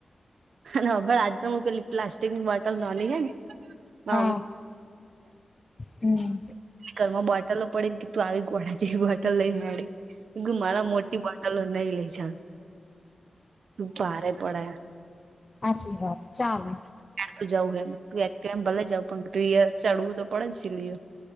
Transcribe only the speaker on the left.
હા હમ
સાચી વાત ચાલે